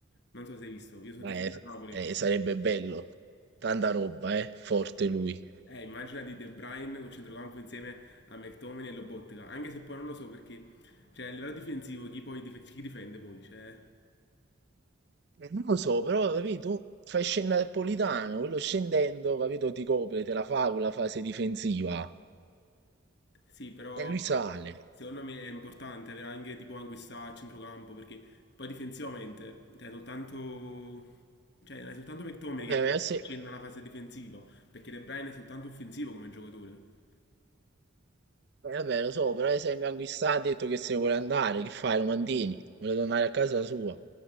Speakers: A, on the left; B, on the right.
A: Non so se hai visto, io sono tifoso
B: Eh,
A: del Napoli.
B: eh, sarebbe bello. Tanta roba, eh. Forte lui.
A: Eh, immagina di De Bruyne col centrocampo insieme a McTominay e Lobotka, anche se poi non lo so perché, cioè, a livello difensivo, chi poi dif- chi difende poi? Cioè...
B: Eh, Non lo so, però, capito? Fai scendere Napolitano, quello scendendo, capito? Ti copre, te la fa con la fase difensiva.
A: Sì, però
B: E lui sale.
A: secondo me è importante avere anche tipo Anguissa a centrocampo perché poi difensivamente cioè, soltanto, cioè, non è soltanto McTominay che
B: Eh,
A: ti
B: ma se-
A: accenna la fase difensiva perché De Bruyne è soltanto offensivo come giocatore.
B: eh, vabbè, lo so, però ad esempio anche sta ha detto che se ne vuole andare, che fai? Lo mantieni? Vuole tornare a casa sua.